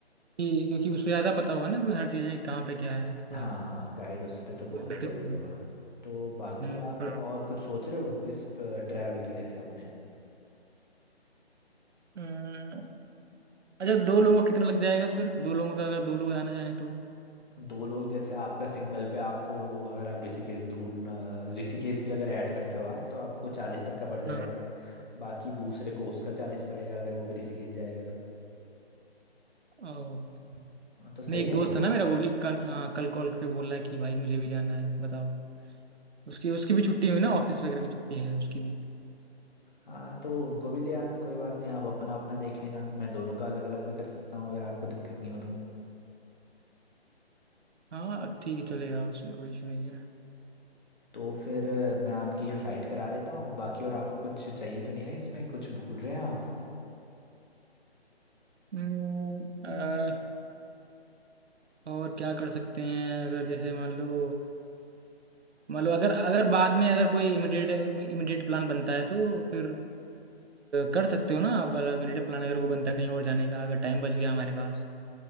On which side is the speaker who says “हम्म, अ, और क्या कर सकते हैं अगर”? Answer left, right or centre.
Right